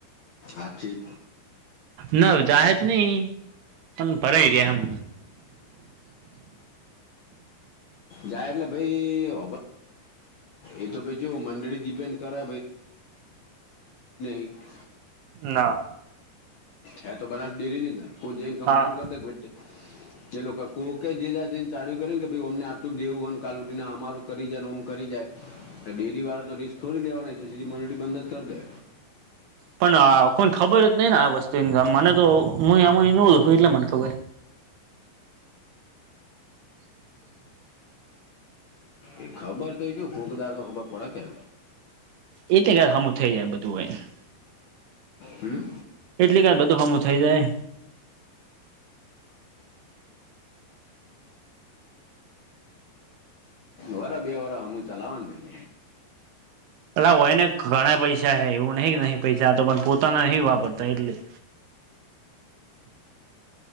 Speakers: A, on the left; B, on the right.
A: આછી
B: નાજાહે નહી પણ ભરાય જાય એમ
A: જાય એટલે ભાઈ હબ એ તો ભ જો મંડળી ડિપેન્ડ કરે <unintelligible>
B: ના
A: હે તો બનાસ ડેરી ની જ ને કોઈ જઈને કમ્પ્લેન
B: હા
A: કરી દે એ લોકો કોકે જેને ચાલુ કરે કે ભાઈ અમને આટલું દેવું કાલ ઉટીને અમારું કરી જાયને ઓમ કરી જાય ડેરી વાળા તો રિસ્ક થોડી લેવા ન તો સીધી મંડળી બંધ જ કરી દે
B: પણ કોને ખબર જ નહી ને આ વસ્તુની મને તો હું આમાં નય એટલે મને ખબર
A: એ ખબર તો જો કોકદાર તો ખબર પડે કે
B: એટલે કે હમું થઈ જાય બધું હોય
A: હમ્મ
B: એટલી કે બધું હમું થઈ જાય.
A: વરા બે વર હમું ચલાવવાનુ ભાઈ
B: પટલા હોય ને ઘણા પૈસા હે એવું નહ નહી પૈસા તો પણ પોતાના નહિ વાપરતા એટલે